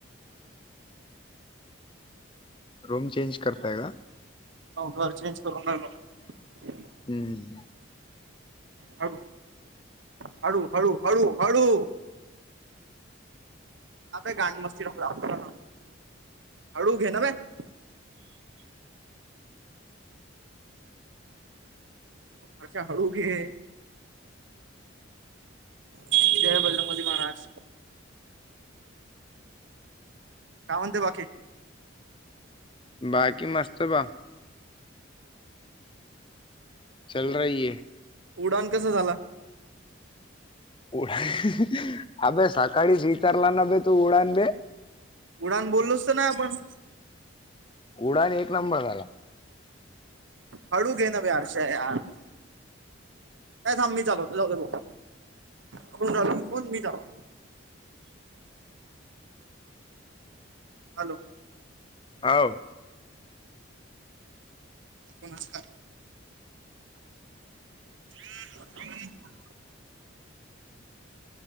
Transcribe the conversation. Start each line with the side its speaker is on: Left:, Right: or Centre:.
Left: रूम चचेंज करताय का
Right: हो अर्चरच करणार मला
Left: हम्म!
Right: ह हळू- हळू- हळू- हळू. <inaudible> अशा हळू घे. जय बजरंग बली महाराज. काय म्हणते बाकी.
Left: बाकी मस्त बा. चल रही हे.
Right: उडान कस झाला.
Left: उडा ह बे सकाळी स्वीतारला न बे तू उडान बे.
Right: उडान बोललो असत ना आपण.
Left: उडाइ आणि एक नंबर झाला.
Right: हळू घे ना बे हर्षा यार. का थांब मी चालवतो जाऊ बघ फनल फोन मी चालो. हॅलो!
Left: होव.
Right: कोणाच? हम! हम्!